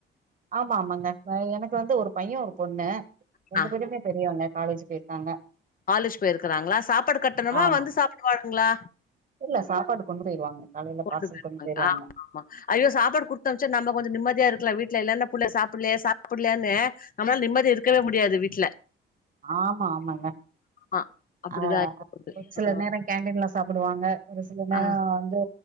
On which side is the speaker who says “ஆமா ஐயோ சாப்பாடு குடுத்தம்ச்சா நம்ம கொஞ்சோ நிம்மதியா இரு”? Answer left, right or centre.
Left